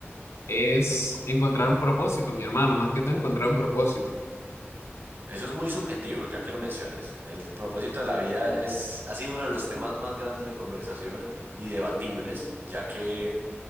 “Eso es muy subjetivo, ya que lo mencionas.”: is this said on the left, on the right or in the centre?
Right